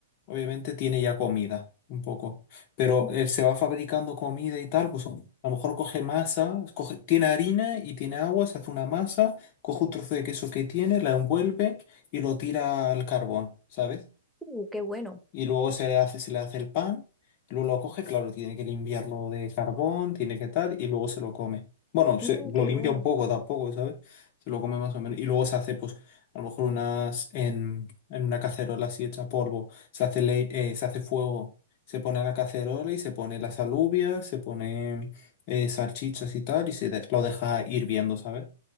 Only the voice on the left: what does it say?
obviamente tiene ya comida, un poco, pero
eh, se va fabricando comida y tal, pues a lo mejor coge masa, coge, tiene harina y tiene agua, se hace una masa, coge un trozo de queso que tiene, la envuelve y lo tira al carbón, ¿sabes?
y luego se le hace, se le hace el pan, y luego lo coge, claro, tiene que limpiarlo de carbón, tiene que tal, y luego se lo come. Bueno, se,
lo
limpia
un poco tampoco, ¿sabes? Se lo come más o menos. Y luego se hace, pues, a lo mejor unas, en, en una cacerola así hecha polvo, se hace, le- eh, se hace fuego, se pone la cacerola y se pone las alubias, se pone eh, salchichas y tal, y se de- lo deja hirviendo, ¿sabes?